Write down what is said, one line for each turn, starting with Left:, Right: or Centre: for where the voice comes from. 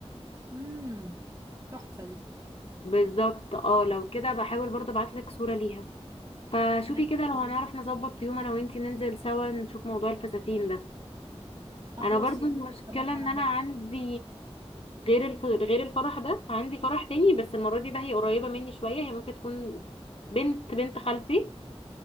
Right: امم تحفة دي
Left: بالظبط اه لو كده بحاول برضه ابعتلك صوره ليها فشوفي
Right: ماشي
Left: كده لو
Right: يا
Left: هنعرف
Right: ريت
Left: نظبط يوم انا وانتي ننزل سوا نشوف موضوع الفساتين ده
Right: خلاص
Left: انا برضو
Right: يا
Left: المشكله
Right: ريت نظبطها
Left: ان
Right: مع
Left: انا
Right: بعض
Left: عندي غير الف... غير الفرح ده عندي فرح تاني بس المرة دي بقى هي قريبة مني شوية هي ممكن تكون بنت بنت خالتي